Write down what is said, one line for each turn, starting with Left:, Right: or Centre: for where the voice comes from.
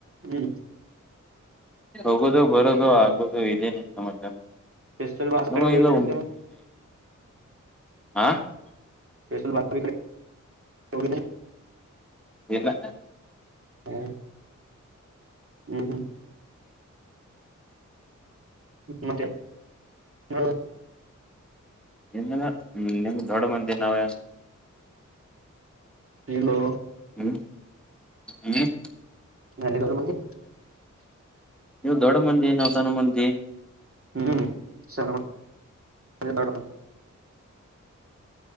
Right: ಹ್ಮ್
Centre: ಹೋಗೋದು ಬರೋದು ಆಗೋದು ಇದೇನೆ ಸಮಾಚಾರ.
Right: ಪೆಸ್ತೂಲ್ ಬಾಜು
Centre: ನಮಗಿಲ್ಲ
Right: ಕಡೆ ಹೋಗಿದ್ದಿಲ್ಲ ಕೇಳ
Centre: <unintelligible>
Right: ಸ್ಪೇಷಲ್ ಬಾತ್ <unintelligible> ನೋಡಿಲ್ಲಿ
Centre: ಇಲ್ಲ
Right: ಹ್ಮ ಹ್ಮ್ ಹ್ಮ್ ಮತ್ತೆ <unintelligible> ನೋಡ್ ಬಾ
Centre: ಏನಿಲ್ಲ ನಿಮ್ಗೆ ದೊಡ್ಡ ಮಂದಿ ನಾವ ಯಾರ?
Right: ಇಲ್ಲೋ
Centre: ಹ್ಮ್ ಹ್ಮ್
Right: <unintelligible> ಮಂದಿ
Centre: ನೀವ ದೊಡ್ಡ ಮಂದಿ ನಾವ ಸಣ್ಣ ಮಂದಿ.
Right: ಹ್ಮ್ ಸಣ್ಣ ಮ <unintelligible> ದೊಡ್ ಮಂದಿ